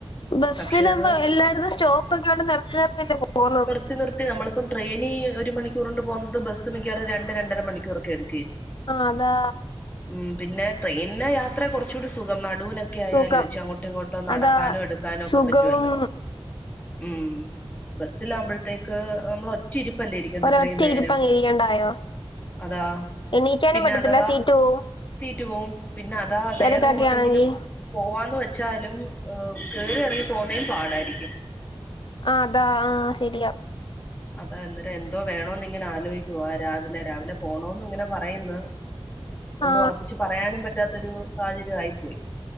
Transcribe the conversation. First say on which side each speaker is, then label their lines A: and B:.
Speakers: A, on the left; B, on the left.
A: ബസ്സിൽ
B: പക്ഷെ
A: ആവുമ്പേ
B: അത്
A: എല്ലായിടത്തും സ്റ്റോപ്പ് ഒക്കെണ്ട് നിർത്തി നിർത്തില്ലേ പോകുന്നത്
B: നിത്തി നിർത്തി നമ്മളിപ്പ ട്രെയിന് ഒരു മണിക്കൂറി കൊണ്ട് പോകുന്നത് ബസ് മിക്കവാറും രണ്ട് രണ്ടരണിക്കൂർക്കെ എടുക്കും
A: ആഹ് അതാ
B: ഉം പിന്നെ ട്രെയിൻനെ യാത്ര കുറച്ചുകൂടി സുഖം നടുവിനൊക്കെ ആയാൽ
A: സുഖം
B: വെച്ച് അങ്ങോട്ടും ഇങ്ങോട്ടും നട
A: അതാ
B: ക്കാനോ എടുക്കാനോ
A: സുഖവും
B: ഒക്കെ പറ്റുവല്ലോ ഉം ബസ്സിലാകുമ്പോഴത്തേക്ക് നമ്മൾ ഒ ഒറ്റ ഇരുപ്പല്ലേ ഇരിക്കണ്ട
A: ഒരൊറ്റ
B: ഇത്രയും നേരം
A: ഇരിപ്പ് അങ്ങ് ഇരിക്കണ്ടായോ
B: അതാ
A: എണീക്കാനും
B: പിന്നെ
A: പറ്റത്തില്ല
B: അഥവാ
A: സീറ്റ് പോവും
B: സീറ്റു പോവും പിന്നെ അതവാ
A: തിരക്കൊക്കെ
B: വേറെ എങ്ങോട്ടെങ്കിലും
A: ആണെങ്കി
B: പോവാന്ന് വെച്ചാലും കേറി ഇറങ്ങിപ്പോവുന്നതും പാടായിരിക്കും
A: ആഹ് അതാ ആഹ് ശരിയാ
B: അതാ അന്നേരം എന്തോ വേണോന്ന് ഇങ്ങനെ ആലോചിക്കുവ രാവിലെ രാവിലെ പോകണോന്ന ഇങ്ങനെ പറയുന്ന
A: ആ
B: ഒന്നും ഉറപ്പിച്ച് പറയാനും പറ്റാത്തൊരു സാഹചര്യം ആയി പോയി